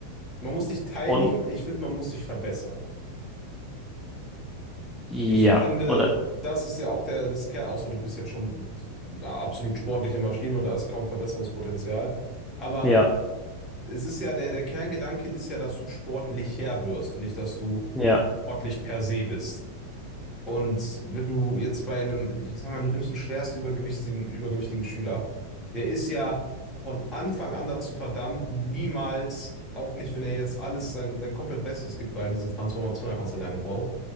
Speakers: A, on the left (about 20°); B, in the centre.
A: Man muss nicht teilnehmen,
B: Und
A: ich finde, man muss sich verbessern.
B: ja,
A: Ich finde,
B: oder
A: das ist ja auch der, das Kern, außer du bist jetzt schon eine absolut sportliche Maschine und da ist kaum Verbesserungspotenzial. Aber
B: ja,
A: es ist ja, der, der Kerngedanke ist ja, dass du sportlicher wirst und nicht, dass du
B: ja,
A: sportlich per se bist. Und wenn du jetzt bei einem, ich sag mal, du nimmst einen schwerst übergewichtigen, übergewichtigen Schüler, der ist ja von Anfang an dazu verdammt, niemals, auch nicht, wenn er jetzt alles sein, sein komplett Bestes gibt, weil diese Transformation einfach so lange braucht